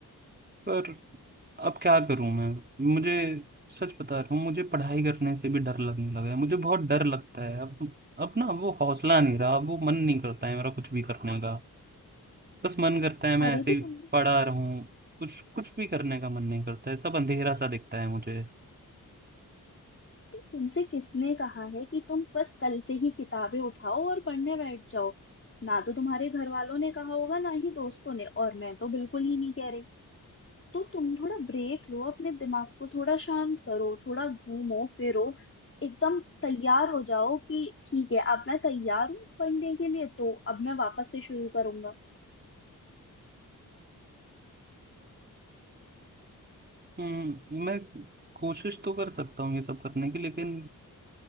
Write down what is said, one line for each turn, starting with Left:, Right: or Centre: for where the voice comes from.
Right: पर अब क्या करूँ मैं मुझे सच बता रहा हूँ मुझे पढ़ाई करने से भी डर लगने लगा है मुझे बहुत डर लगता है अब अब ना वो हौसला नहीं रहा अब वो मन नहीं करता है मेरा कुछ भी करने का बस मन करता है मैं
Left: अरे
Right: ऐसे
Left: तो
Right: ही
Left: तुम
Right: पड़ा रहूं कुछ कुछ भी करने का मन नहीं करता है सब अंधेरा सा दिखता है मुझे
Left: तो तुमसे किसने कहा है कि तुम बस कल से ही किताबें उठाओ और पढ़ने बैठ जाओ ना तो तुम्हारे घर वालों ने कहा होगा ना ही दोस्तों ने और मैं तो बिल्कुल ही नहीं कह रही तो तुम थोड़ा ब्रेक लो अपने दिमाग को थोड़ा शांत करो थोड़ा घूमो फिरो एकदम तैयार हो जाओ कि ठीक है अब मैं तैयार हूँ पढ़ने के लिए तो अब मैं वापस से शुरू करूंगा
Right: हम्म मैं कोशिश तो कर सकता हूँ ये सब करने की लेकिन